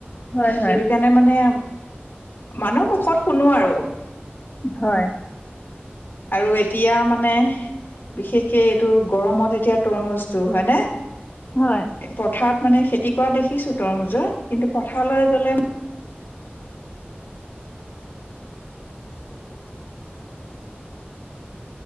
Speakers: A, on the left; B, on the left.
A: হয়,
B: সেইটো
A: হয়,
B: কাৰণে মানে মানুহৰ মুখত শুনো আৰু
A: হয়
B: আৰু এতিয়া মানে বিশেষকে এইটো গৰমত এতিয়া তৰমুজটো হয়নে
A: হয়
B: পথাৰত মানে খেতি কৰা দেখিছো তোৰমুজৰ কিন্তু পথাৰলৈ গ'লে